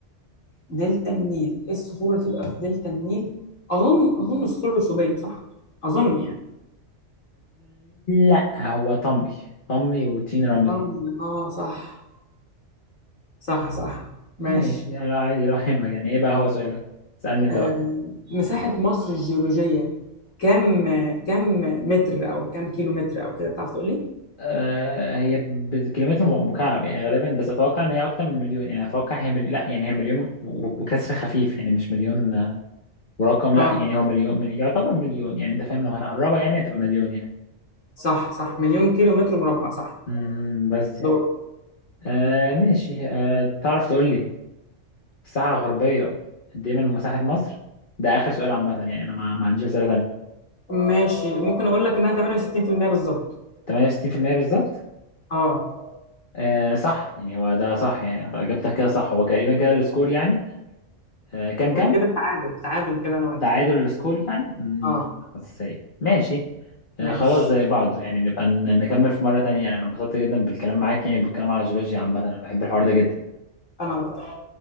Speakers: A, on the left; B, on the left.
A: دلتا النيل ايه الصخور اللي تبقى في دلتا النيل اظن اظن صخور رسوبيه صح اظن يعني
B: لا هو طمي طمي وطين رملي
A: أظن- اه صح صح صح ماشي
B: ماشي يعني عادي لو يهمك يعني ايه بقى هو سؤالك سألني انت
A: آه.
B: بقى
A: مساحه مصر الجيولوجيه كم كم متر او كم كيلو متر او كده تعرف تقول لي
B: آه هي بالكيلومتر م- مكعب يعني غالبا بس اتوقع ان هي اكتر من مليون يعني اتوقع هي ملي... لا يعني هي مليون و- وكسر خفيف يعني مش مليون آه، ورقم
A: اه
B: لا يعني هو مليون مل- يعتبر مليون يعني انت فاهم لو هنقربها يعني هتبقى مليون يعني
A: صح صح مليون كيلو متر مربع صح
B: امم بس يعني
A: دور
B: آه ماشي آه تعرف تقول لي الساحة الغربية قد ايه من مساحة مصر ده اخر سؤال عامة يعني انا ما ما عنديش اسئلة تانية
A: ماشي ممكن اقول لك انها 68% بالظبط
B: 68% بالظبط
A: اه
B: آه صح يعني هو ده صح يعني أنت اجابتك كده صح هو تقريبا كده السكور يعني آه كام كام
A: كده تعادل تعادل كده انا وانت
B: تعادل السكور يعني امم
A: اه
B: حظ سيء ماشي آه
A: ماشي
B: خلاص زي بعض يعني نبقى ن- نكمل في مرة تانية يعني انا انبسطت جدا بالكلام معاك يعني بالكلام على الجيولوجيا عامة انا بحب الحوار ده جدا
A: انا اكتر